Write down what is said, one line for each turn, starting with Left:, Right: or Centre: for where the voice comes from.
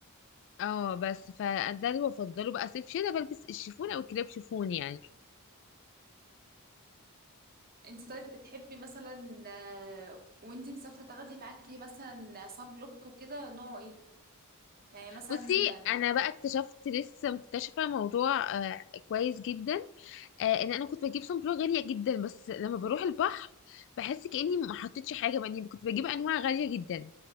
Left: اه بس فده اللي بفضله بقى صيف شتا بلبس الشيفون او كريب شيفون يعني
Right: انت طيب بتحبي مثلا آه، وانت مسافرة تاخدي معاكي مثلا صاب لوك وكده نوعه ايه يعني مثلا
Left: بصي انا بقى اكتشفت لسه مكتشفه موضوع آه كويس جدا آه ان انا كنت بجيب صن بلوك غاليه جدا بس لما بروح البحر بحس كاني ما حطيتش حاجه بقى إني كنت بجيب انواع غاليه جدا